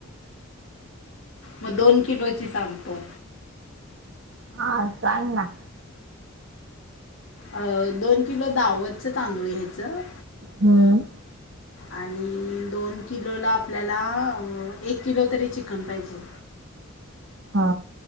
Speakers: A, on the left (about 70°); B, on the right (about 60°).
A: मग दोन किलोची सांग पाहू.
B: हा चालल ना.
A: अ दोन किलो दावतच तांदूळ घ्यायचं
B: हम्म
A: आणि दोन किलोला आपल्याला एक किलो तरी चिकन पाहिजे.
B: हा